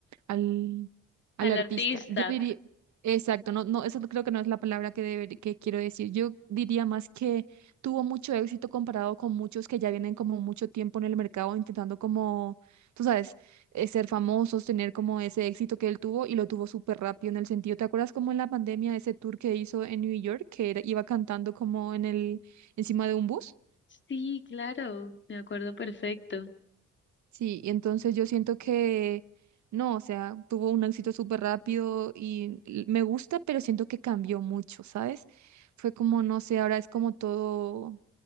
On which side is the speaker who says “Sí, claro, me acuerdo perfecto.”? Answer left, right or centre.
Left